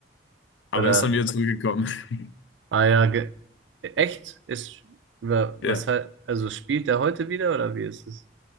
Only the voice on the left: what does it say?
Aber
er ist dann wieder zurückgekommen. <laughs>
Ja.